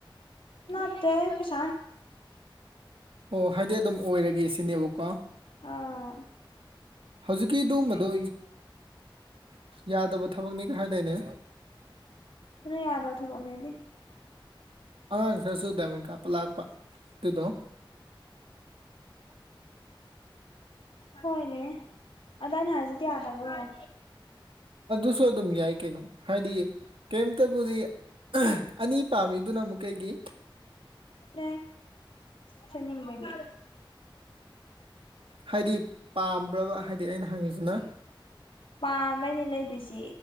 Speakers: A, on the left; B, on the right.
A: ꯇꯦ
B: ꯑꯣ ꯍꯥꯏꯗꯤ ꯑꯗꯨꯝ ꯑꯣꯏꯔꯒꯦ ꯁꯤꯅꯦꯕꯀꯣ
A: ꯑꯥ
B: ꯍꯧꯖꯤꯛꯀꯤ ꯑꯗꯨꯃꯗꯣ ꯌꯥꯗꯕ ꯊꯕꯛꯅꯤ ꯀꯥꯏꯗꯅꯤ
A: ꯑꯗꯨ <unintelligible>
B: ꯑꯉꯥꯡ ꯈꯔꯁꯨ ꯗꯥꯏꯃꯥꯟ ꯀꯥꯞꯄ ꯂꯥꯛꯄ ꯑꯗꯨꯗꯣ
A: ꯍꯣꯏꯅꯦ ꯗꯣ ꯑꯩꯅ ꯍꯥꯏꯖꯤꯗꯤ ꯌꯥꯗꯕꯔꯣ
B: ꯑꯗꯨꯁꯨ ꯑꯗꯨꯝ ꯌꯥꯏ ꯀꯩꯅꯣ ꯍꯥꯏꯗꯤ ꯀꯩꯝꯇꯕꯨꯗꯤ ꯑꯅꯤ ꯄꯥꯝꯃꯤꯗꯨꯅ ꯑꯃꯨꯛ ꯀꯩꯒꯤ
A: ꯑꯦ ꯁꯦꯠꯅꯤꯡꯕꯒꯤ
B: ꯍꯥꯏꯗꯤ ꯄꯥꯝꯕ꯭ꯔꯕ ꯍꯥꯏꯗꯤ ꯑꯩꯅ ꯍꯪꯉꯤꯁꯤꯅ
A: ꯄꯥꯝꯝꯕꯅꯦ ꯂꯩꯗꯣꯏꯁꯦ